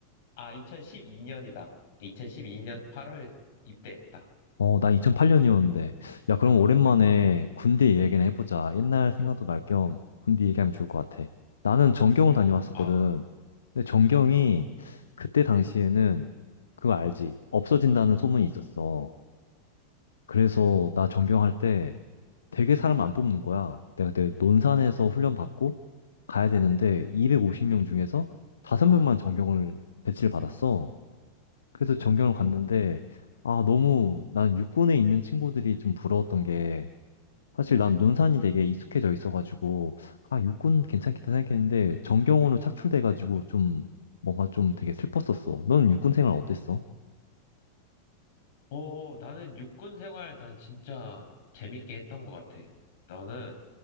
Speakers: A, on the left; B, on the left.
A: 아, 2012년이다. 2012년 8월에 입대했다.
B: 어, 나 2008년이었는데. 야, 그럼 오랜만에 군대 얘기나 해보자. 옛날 생각도 날 겸 군대 얘기하면 좋을 것 같아. 나는 전경을 다녀왔었거든.
A: 아,
B: 근데 전경이
A: 어.
B: 그때 당시에는 그거 알지? 없어진다는 소문이 있었어. 그래서 나 전경할 때 되게 사람 안 뽑는 거야. 내가 그때 논산에서 훈련 받고 가야 되는데 250명 중에서 5명만 전경을 배치를 받았어. 그래서 전경을 갔는데 아, 너무 난 육군에 있는 친구들이 좀 부러웠던 게 사실 난 논산이 되게 익숙해져 있어가지고 아, 육군 괜찮겠다 생각했는데 전경으로 착출돼가지고 좀 뭔가 좀 되게 슬펐었어. 너는 육군 생활 어땠어?
A: 어, 나는 육군 생활 난 진짜 재밌게 했던 것 같아. 나는,